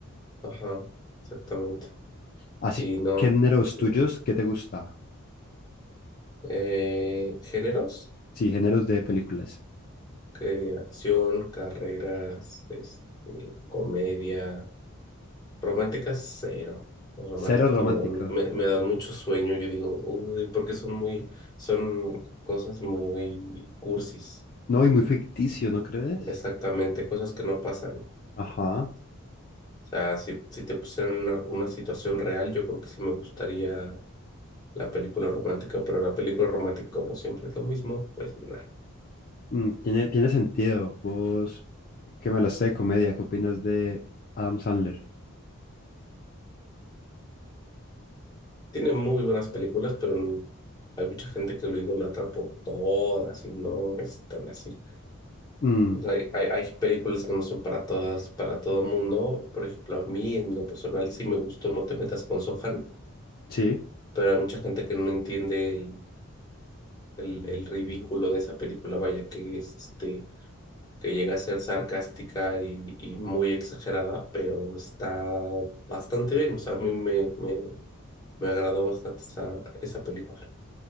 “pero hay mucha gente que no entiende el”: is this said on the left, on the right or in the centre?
Left